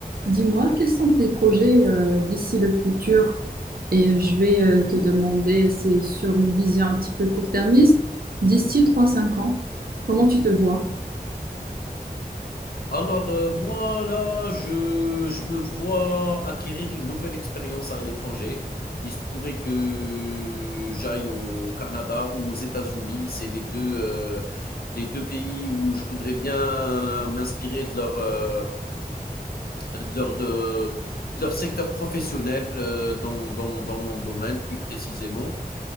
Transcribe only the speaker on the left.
Alors, euh, moi, là, je, je me vois acquérir une nouvelle expérience à l'étranger. Il se pourrait que j'aille au Canada ou aux États-Unis. C'est les deux, euh, les deux pays où je voudrais bien m'inspirer de leur, euh, de leur, de, de leur secteur professionnel euh, dans, dans, dans mon domaine plus précisément.